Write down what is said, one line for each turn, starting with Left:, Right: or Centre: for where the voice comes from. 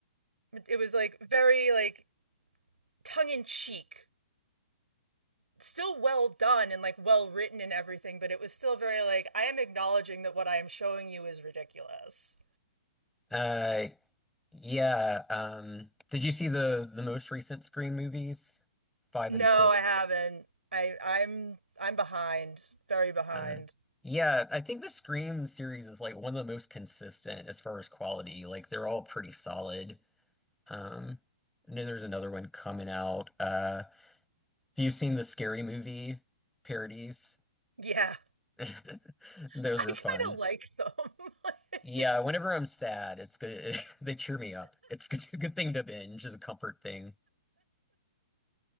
Right: It was like very like tongue in cheek, still well done and like well written and everything, but it was still very like I am acknowledging that what I am showing you is ridiculous.
Centre: Uh, yeah. Um, did you see the the most recent Scream movies, five
Right: No,
Centre: and six?
Right: I haven't. I I'm I'm behind, very behind.
Centre: Uh, yeah, I think the Scream series is like one of the most consistent as far as quality. Like they're all pretty solid. Um, I know there's another one coming out. Uh, have you seen the Scary Movie parodies?
Right: Yeah,
Centre: <laughs>
Right: <laughs>
Centre: Those
Right: I
Centre: are
Right: kind
Centre: fun.
Right: of like them. <laughs> Like,
Centre: Yeah, whenever I'm sad, it's good. <laughs> They cheer me up. It's <laughs> good, a good thing to binge is a comfort thing.